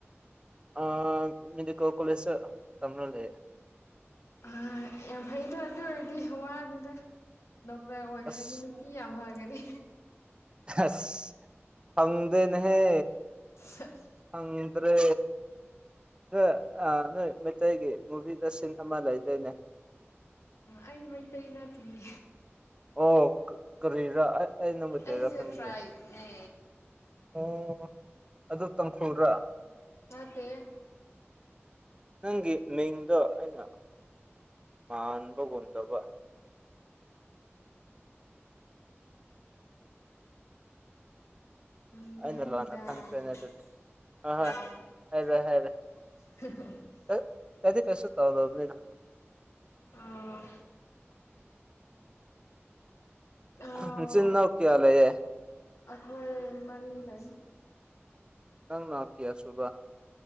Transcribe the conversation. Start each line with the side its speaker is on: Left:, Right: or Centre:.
Right: ꯑꯥ ꯃꯤꯗꯤꯀꯦꯜ ꯀꯣꯂꯦꯁꯇ ꯇꯝꯔ ꯂꯩꯌꯦ
Left: ꯑꯥ ꯌꯥꯝ ꯐꯩꯗꯥ ꯑꯗꯨ ꯑꯣꯏꯔꯗꯤ ꯋꯥꯅꯨꯗ ꯗꯣꯛꯇ꯭ꯔ ꯑꯣꯏꯈ꯭ꯔꯗꯤ
Right: ꯑꯁ
Left: ꯅꯨꯄꯤ ꯌꯥꯝ ꯐꯒꯅꯤ
Right: ꯑꯁ ꯐꯪꯗꯦꯅꯦꯍꯦ
Left: ꯁꯦꯁ
Right: ꯐꯪꯗ꯭ꯔꯦ ꯅꯣꯏ ꯑ ꯅꯣꯏ ꯃꯩꯇꯩꯒꯤ ꯃꯨꯚꯤꯗ ꯁꯤꯟ ꯑꯃ ꯂꯩꯗꯥꯏꯅꯦ
Left: ꯑꯩ ꯃꯩꯇꯩ ꯅꯠꯇꯤꯌꯦ
Right: ꯑꯣ ꯀꯔꯤꯔ ꯑꯩ ꯃꯩꯇꯩꯔ
Left: ꯑꯩꯁꯦ
Right: ꯈꯟꯕꯅꯦ
Left: ꯇ꯭ꯔꯥꯏꯕꯅꯦ
Right: ꯑꯣ ꯑꯗꯨ ꯇꯥꯡꯈꯨꯜꯔꯥ
Left: ꯅꯠꯇꯤꯌꯦ
Right: ꯅꯪꯒꯤ ꯃꯤꯡꯗꯣ ꯑꯩꯅ ꯃꯥꯟꯕꯒꯨꯝ ꯇꯧꯕ
Left: ꯃꯤꯡꯗꯤ
Right: ꯑꯩꯅ
Left: ꯍꯥꯏꯅꯨꯨꯗꯥꯥ
Right: ꯂꯥꯟꯅ ꯈꯟꯈ꯭ꯔꯦꯅꯦ
Left: ꯍꯥꯏꯑꯦ
Right: ꯑꯗꯨꯗꯤ ꯍꯣꯏ ꯍꯣꯏ ꯍꯥꯏꯔꯦ
Left: <unintelligible>
Right: ꯍꯥꯏꯔꯦ
Left: <unintelligible>
Right: <unintelligible> ꯀꯩꯗꯤ ꯀꯩꯁꯨ ꯇꯧꯗꯕꯅꯤꯗ
Left: ꯑꯥ ꯑꯥ
Right: ꯅꯆꯤꯟ ꯅꯥꯎ ꯀꯌꯥ ꯂꯦꯌꯦ
Left: ꯑꯩꯈꯣꯏ ꯃꯔꯤ ꯂꯩ
Right: ꯅꯪꯅ ꯀꯌꯥꯁꯨꯕ